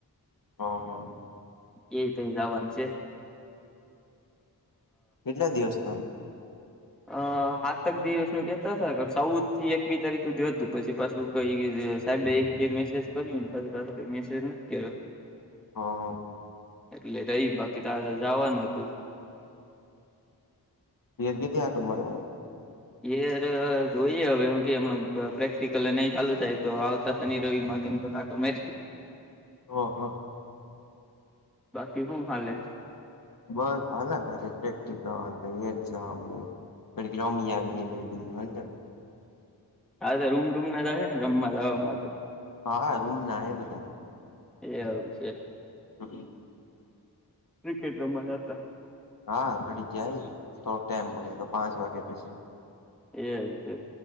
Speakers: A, on the left (about 55°); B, in the centre.
A: હ હા. હા
B: એ તઈ જાવાનુ છે.
A: એ કેટલા દિવસના
B: અ હાતક દિવસ નું કેતાશે સૌદ થી એકવીસ તારીખ સુધી હતું પછી પા શું કઈ દેસાહેબ બે એક મેસેજ કર્યું પા પા કઈ મેસેજ નથી આયો
A: હા
B: એટલે રહી બાકી તાર જવાનું હતું
A: હમ એર કેધ આટ મારો
B: ઈયેઘર ર જોઈએ હવે હું કેમ પ્રેક્ટિકલ નહી ચાલુ થાય તો આવતા શનિ રવિ માં કેમ તો મે
A: હો હા
B: બાકી હું હાલે
A: બસ હા પ પ્રેક્ટિકલ એક્ઝામ રમી આવી યે <inaudible>
B: હા તો રૂમ ટૂમ ના જશે ને રમમાં જવા માંટે.
A: હા હા રૂમ ના હે બધા
B: એ આવે છે.
A: <inaudible>
B: ક્રિકેટ રમવા જાતા
A: હા ઘડી જાય તો ટાઈમ પડે તો પાંચ વાગ્યા પછી
B: એમું કે